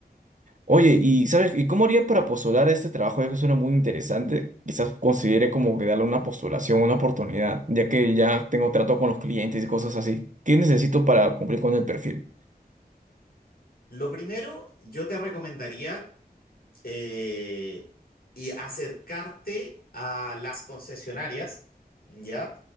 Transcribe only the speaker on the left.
Lo primero, yo te recomendaría eh, y acercarte a las concesionarias, ¿ya?